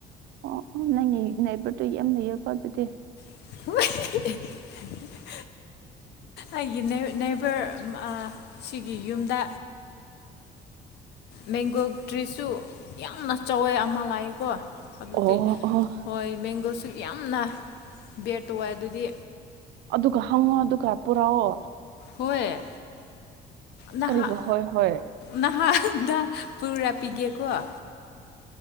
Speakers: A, on the right (about 75°); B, on the left (about 80°).
A: ꯑꯣ ꯑꯣ ꯅꯪ ꯅꯏꯕꯗꯨꯣ ꯌꯥꯝ ꯂꯩꯌꯦꯀꯣ ꯑꯗꯨꯗꯤ
B: <inaudible> ꯑꯩ ꯅꯩꯅ ꯐꯔ ꯁꯤꯒꯤ ꯌꯨꯝꯗ ꯃꯦꯡꯒꯣ ꯇ꯭ꯔꯤꯁꯨ ꯌꯥꯝꯅ ꯆꯋꯦ ꯑꯃ ꯂꯥꯛꯑꯦꯀꯣ ꯑꯗꯨꯗꯤ
A: ꯑꯣ ꯑꯣ
B: ꯍꯣꯏ ꯃꯕꯦꯡꯒꯣꯁꯨ ꯌꯥꯝꯅ ꯕꯦꯠ ꯇ ꯑꯣꯏ ꯑꯗꯨꯗꯤ
A: ꯑꯗꯨꯒ ꯍꯪꯉꯣ ꯑꯗꯨꯒ ꯄꯨꯔꯛꯑꯣ
B: ꯍꯣꯏ ꯅꯍꯥꯛ
A: ꯀꯔꯤꯒ ꯍꯣꯏ ꯍꯣꯏ
B: ꯅꯍꯥꯛ ꯍꯥꯗ ꯄꯨꯥ ꯄꯤꯗꯤ ꯀꯧꯕ